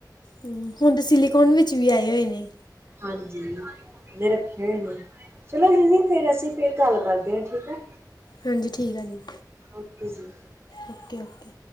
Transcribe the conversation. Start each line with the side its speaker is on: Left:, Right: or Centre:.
Left: ਹਮ ਹੁਣ ਤੇ ਸਿਲੀਕੋਨ ਵਿੱਚ ਵੀ ਆਏ ਹੋਏ ਨੇ
Right: ਹਾਂਜੀ ਰੱਖੇ ਹੋਏ ਨੇ ਚਲੋ ਦੀਦੀ ਫਰ ਅਸੀਂ ਫ ਗੱਲ ਕਰਦੇ ਹਾਂ ਠੀਕ ਹੈ
Left: ਹਾਂਜੀ ਠੀਕ ਆ ਜੀ
Right: ਓਕੇ ਜੀ।
Left: Okay okay